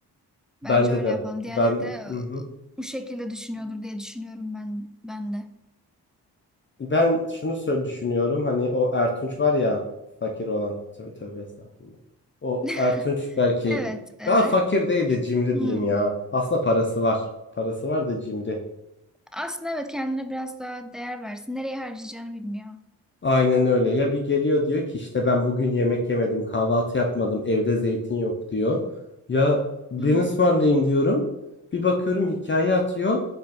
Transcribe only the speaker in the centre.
Bence öyle
yapalım. Diğerleri
de e,
bu şekilde düşünüyordur diye düşünüyorum ben ben de.
<laughs>
Evet, evet.
Hmm.
Aslında evet kendine biraz daha değer versin. Nereye harcayacağını bilmiyor.
Hı hı.